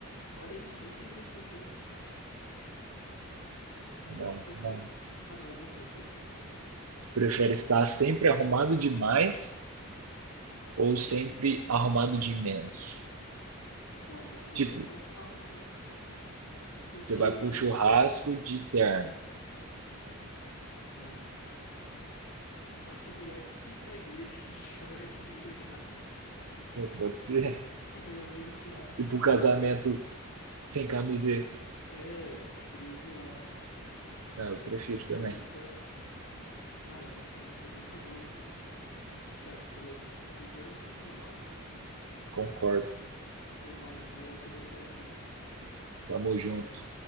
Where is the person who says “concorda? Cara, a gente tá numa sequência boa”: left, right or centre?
Left